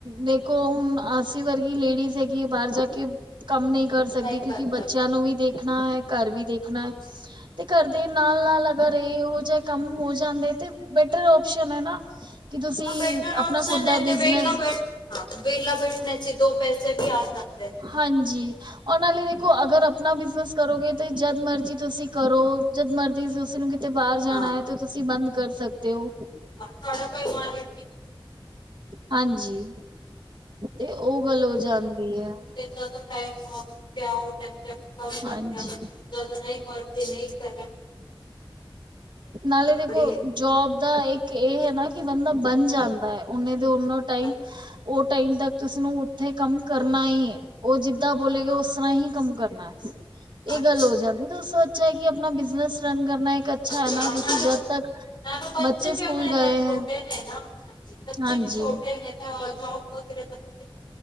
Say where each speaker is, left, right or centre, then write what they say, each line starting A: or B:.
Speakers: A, on the right; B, on the left.
A: ਦੇਖੋ ਹੁਣ ਅਸੀ ਵਰਗੀ ਲੇਡੀਜ਼ ਹੈਗੀ ਐਂ ਬਾਰ ਜਾ ਕੇ ਕੰਮ ਨਈ ਕਰ ਸਕਦੀ
B: ਨਹੀਂ
A: ਕਿਉਂਕਿ
B: ਕਰ ਸਕਦੇ
A: ਬੱ ਚਿਆ ਨੂੰ ਵੀ ਦੇਖਨਾ ਐ ਘਰ ਵੀ ਦੇਖਨਾ
B: ਹਾਂਜੀ
A: ਐ ਤੇ ਘਰ ਦੇ ਨਾਲ- ਨਾਲ ਅਗਰ ਏ ਓ ਜੇ ਕੰਮ ਹੋ ਜਾਂਦੇ ਤੇ ਬੈਟਰ ਓਪਸ਼ਨ ਹੈ ਨਾ। ਕੀ ਤੁਸੀਂ
B: ਹਾਂ ਬੈਟਰ ਆਪਸ਼ਨ
A: ਆਪਣਾ ਖੁਦ ਦਾ
B: ਹੈ ਤੇ
A: ਬਿਜਨਸ
B: ਵੇਲਾ ਬੈਠ ਹਾਂ ਵੇਲਾ ਬੈਠਨੇ ਚ ਦੋ ਪੈਸੇ ਵੀ ਆ ਜਾਯੇ।
A: ਹਾਂਜੀ। ਓ ਨਾਲੇ ਦੇਖੋ ਅਗਰ ਅਪਨਾ ਬਿਜਨਸ ਕਰੋਗੇ ਤੇ ਜਦ ਮਰਜੀ ਤੁਸੀਂ ਕਰੋ ਜਦ ਮਰਜੀ ਤੁਸੀਂ ਨੂੰ ਕਿ ਤੇ ਬਾਰ ਜਾਨਾ
B: ਹਾਂ,
A: ਐ ਤੇ ਤੁਸੀਂ ਬੰਦ ਕਰ ਸਕਦੇ ਓ।
B: ਹਾਂ ਸਾਡਾ ਕੋਈ ਮਾਲ ਏ
A: ਹਾਂਜੀ ਤੇ ਓ ਗੱਲ ਓ ਜਾਂਦੀ ਐ।
B: ਜੇ ਅਗਰ ਟਾਈਮ ਹੁਆ ਤਿਆਰ ਹੋ ਪੈਂਦੇ ਆ ਗਲ
A: ਹਾਂਜੀ।
B: ਕਰਨੇ ਆ ਜਦ ਨਈ ਮਰਚੀ ਨਈ ਕਰੇ।
A: ਨਾਲੇ ਦੇਖੋ
B: ਬੜੀ ਹੈ
A: ਜੋਬ ਦਾ ਇੱਕ ਏ ਹੈ ਨਾ ਕਿ ਬੰਦਾ ਬਨ ਜਾਂ ਦਾ ਏ ਓਨੇ ਦੋਨੋ ਟੈਈਮ
B: ਹਾਂਜੀ
A: ਓ ਟਾਈਮ ਤੱਕ ਤੁਸਾਨੂੰ ਉੱਥੇ ਕੰਮ ਕਰਨਾ
B: ਹਾਂ
A: ਈ ਏ ਓ ਜਿੱ ਦਾਂ ਬੋਲੇਗਾ ਉਸ
B: ਹਾਂ
A: ਤਰਾਂ ਈ ਕੰਮ ਕਰਨਾ ਐ, ਏ
B: ਹਾਂਜੀ
A: ਗੱਲ ਹੋ ਜਾਂਦੀ ਤੇ ਓਸ ਤੋਂ ਅੱਛਾ ਹੈ ਕਿ ਅਪਨਾ ਬਿਜਨਸ ਰਨ ਕਰਨਾ ਇੱਕ ਅੱਛਾ ਹੈ
B: ਹਾਂ
A: ਨਾ ਤੁਸੀਂ
B: ਨਾਲੇ
A: ਜਦ ਤੱਕ
B: ਨਾਲੇ ਬੱਚੇ ਵੀ
A: ਸਕੂਲ
B: ਅਪਨੇ
A: ਗਏ ਹੈ
B: ਛੋਟੇ ਨੇ ਨਾ, ਹਾਂਜੀ ਬੱਚੇ
A: ਹਾਂਜੀ
B: ਵੀ ਛੋਟੇ <unintelligible>